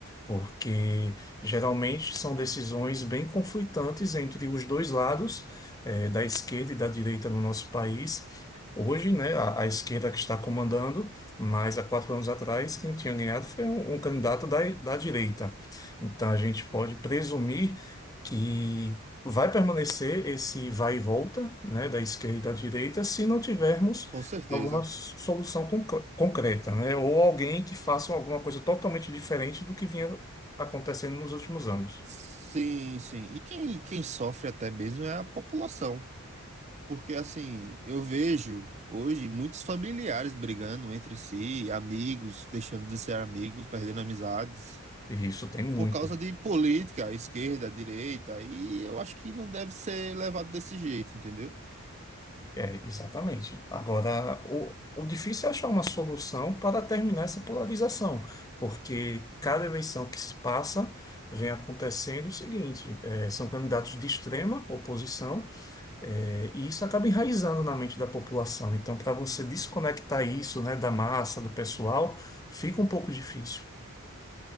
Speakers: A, on the left; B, on the right.
A: porque geralmente são decisões bem conflitantes entre os dois lados, eh, da esquerda e da direita no nosso país. Hoje, né, a, a esquerda que está comandando, mas há quatro anos atrás, quem tinha ganhado foi um, um candidato da, da direita. Então, a gente pode presumir que vai permanecer esse vai e volta, né, da esquerda e da direita, se não tivermos
B: Com certeza.
A: alguma solução concre- concreta, né? Ou alguém que faça alguma coisa totalmente diferente do que vinha acontecendo nos últimos anos.
B: Sim, sim. E quem, quem sofre até mesmo é a população. Porque assim, eu vejo hoje muitos familiares brigando entre si, amigos deixando de ser amigos, perdendo amizades,
A: E isso tem muito.
B: por causa de política, esquerda, direita, e eu acho que não deve ser levado desse jeito, entendeu?
A: É, exatamente. Agora, o, o difícil é achar uma solução para terminar essa polarização, porque cada eleição que se passa vem acontecendo o seguinte: é, são candidatos de extrema oposição, é, e isso acaba enraizando na mente da população. Então, para você desconectar isso, né, da massa, do pessoal, fica um pouco difícil.